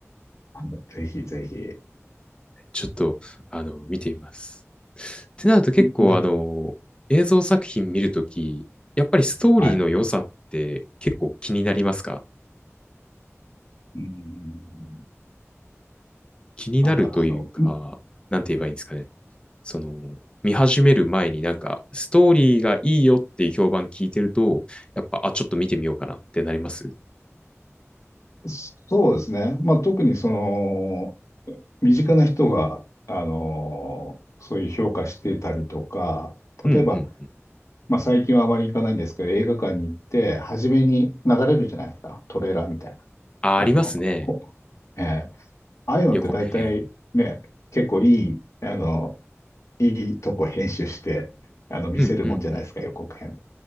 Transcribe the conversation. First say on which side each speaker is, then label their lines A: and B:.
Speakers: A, on the left; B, on the left.
A: あのぜひぜひ。
B: ちょっと、あの、見てみます。ってなると結構あの、
A: んなんか、
B: 映像作品見るとき、やっぱりストーリーの良さって結構気になりますか
A: はい。うーん。
B: 気になるというか、
A: なんだろう、あの、
B: なんて言えばいいんですかね。その、見始める前になんか、ストーリーがいいよっていう評判聞いてると、やっぱ、あ、ちょっと見てみようかなってなります
A: うそうですね。まあ、特にその、身近な人が、あの、そういう評価してたりとか、
B: うんうん。
A: 例えば、まあ、最近はあまり行かないんですけど、映画館に行って、初めに流れるじゃないですか。トレーラーみたいな。
B: あ、ありますね。
A: あの、ほえーああいうのって大体ね、
B: 予告編。
A: 結構いい、あの、いいとこ編集して、あの、見せるもんじゃないですか、
B: うんうんうん。
A: 予告編。